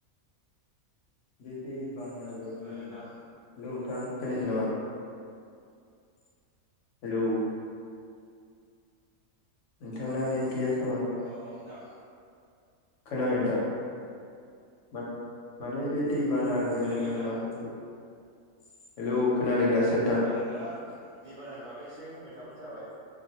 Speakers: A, on the left; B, on the right.
A: बे दै बानाजों
B: औ
A: जों हेलौ
B: नोंथां
A: नोंथां खोनायाखै नामा? <inaudible> हेलौ। नोंथांना नेट गैया खोमा।
B: औ औ नोंथां
A: खोनाबाय नोंथां बाथ माने बे दैबानाजों
B: खोनायाखै
A: जों
B: नोंथां
A: माखासे हेल खोनादों दासो नोंथां।
B: थांङा दैबानानि बागै एसे होनबाय थाबानो जाबाय।